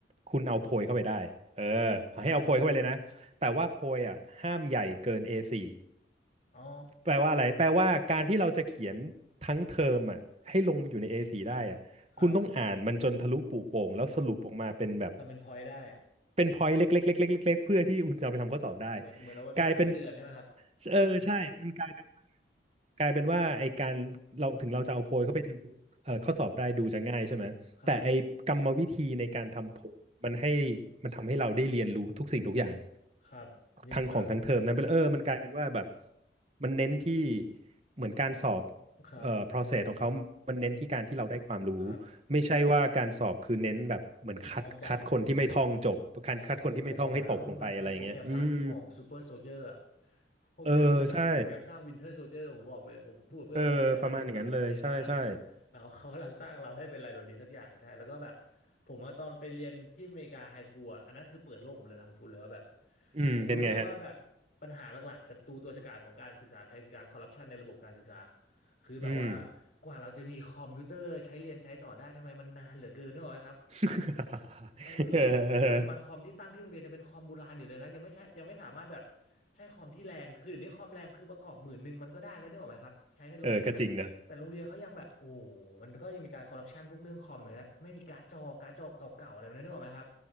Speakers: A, on the right (about 35°); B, on the left (about 50°).
A: คุณเอาโพยเข้าไปได้เออ
B: เอ่อ
A: ให้เอาโพยเข้าไปเลยนะแต่ว่าโพยอ่ะห้ามใหญ่เกิน A4
B: อ๋อ
A: แปลว่าอะไรแปลว่าการที่เราจะเขียนทั้งเทอมอ่ะให้ลงไปอยู่ใน A4 ได้อ่ะคุณต้องอ่านมันจนทะลุปุโปร่งแล้วสรุปออกมาเป็นแบบ
B: ครับ ทำเป็นพอยต์ได้
A: เป็นพอยต์เล็กๆๆๆๆเพื่อที่คุณจะเอาไปทำข้อสอบได้
B: เหมือนเหมือนเอาไว้เป็นพอยต์เตือนใช่ไหมครับ
A: กลายเป็น เออใช่มันกลายเป็นกลายเป็นว่าไอการเราถึงเราจะเอาโพยเข้าไปทำเอ่อข้อสอบได้ดูจะง่ายใช่ไหม
B: ครับ ครับ
A: แต่ไอกรรมวิธีในการทำโพยมันให้มันทำให้เราได้เรียนรู้ทุกสิ่งทุกอย่าง
B: ครับ จริงครับ
A: ทั้งของทั้งเทอมนั้นเป็นเออมันกลายเป็นว่าแบบมันเน้นที่เหมือนการสอบ
B: ครับ
A: เอ่อ process ของเขามันเน้นที่การที่เราได้ความรู้
B: ครับ
A: ไม่ใช่ว่าการสอบคือเน้นแบบเหมือนคัดคัดคนที่ไม่ท่องจบการคัดคนที่ไม่ท่องให้ตกลงไปอะไรอย่างเงี้ยอืม
B: ท่องจำ ใช่ครับผมบอกแล้วมันคือโปรแกรมล้างสมองซูเปอร์โซเจอร์อะ <laughs> โปรแกรมสร้างโปรแกรมสร้างวินเทอร์โซเจอร์ผมบอกเลยผมพูดกับเพื่อนประจำเนี่ยแหละกัปตันอเมริกาเลย
A: เออใช่ เออประมาณอย่างนั้นเลย ใช่ใช่
B: เรา <laughs> เขากำลังสร้างเราให้เป็นอะไรแบบนี้สักอย่างใช่แล้วก็แบบผมอะตอนไปเรียนที่อเมริกาไฮสคูลอะอันนั้นคือเปิดโลกผมเลยนะผมพูดเลยว่าแบบ
A: อืมเป็นไงฮะ
B: ผมรู้เลยว่าแบบปัญหาหลักๆศัตรูตัวฉกาจของการศึกษาไทยคือการคอร์รัปชันในระบบการศึกษาคือแบบว่า
A: อืม
B: กว่าเราจะมีคอมพิวเตอร์ใช้เรียนใช้สอนได้ทำไมมันนานเหลือเกินนึกออกไหมครับ
A: <laughs>
B: เออแล้วแล้วปัจจุบันคอมที่ตั้งที่โรงเรียนจะเป็นคอมโบราณอยู่เลยนะยังไม่ใช่ยังไม่สามารถแบบ
A: เออเออ
B: ใช้คอมที่แรงคือเดี๋ยวนี้คอมแรงคือประกอบหมื่นหนึ่งมันก็ได้แล้วนึกออกไหมครับใช้ในโรงเรียนอ่ะแต่โรงเรียนเขายังแบบโอ้โหมันก็ยังมีการคอร์รัปชันพวกเรื่องคอมอย่างเงี้ยไม่มีการ์ดจอการ์ดจอเก่าๆอะไรแบบนั้นนึกออกไหมครับ
A: เออก็จริงนะ